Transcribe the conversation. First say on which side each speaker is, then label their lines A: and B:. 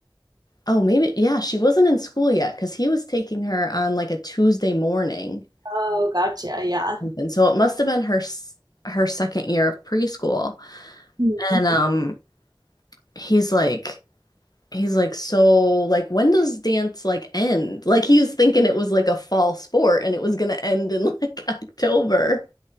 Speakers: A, on the left; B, on the right.
A: oh maybe yeah she wasn't in school yet because he was taking her on like a Tuesday morning
B: Oh, gotcha. Yeah.
A: and so it must have been her s- her second year of preschool
B: Mhm.
A: and um he's like he's like so like when does dance like end like he was thinking it was like a fall sport and it was gonna end in like <laughs> October